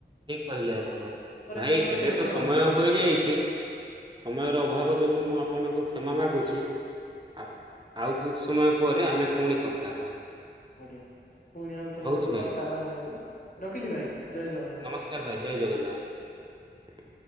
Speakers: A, on the right; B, on the left.
A: ଠିକ କହିଲେ ଆପଣ ଭାଇ
B: ଆମର
A: ଏବେ
B: ଧ୍ୟାନ
A: ତ ସମୟ
B: ରହୁନି।
A: ହୋଇଯାଇଚି। ସମୟର ଅଭାବ ଯୋଗୁ ମୁଁ ଆପଣଙ୍କୁ କ୍ଷମା ମାଗୁଚି ଆ ଆଉ କିଛି ସମୟ ପରେ ଆମେ ପୁଣି କଥା ହେବା।
B: ଆଜ୍ଞା ପୁଣି ଆଉ ଥରେ
A: ରହୁଛି
B: କେବେ
A: ଭାଇ
B: କଥା ହେବା ନିହାତି ରଖିଲି ଭାଇ ଜୟ ଜଗନ୍ନାଥ।
A: ନମସ୍କାର ଭାଇ ଜୟ ଜଗନ୍ନାଥ।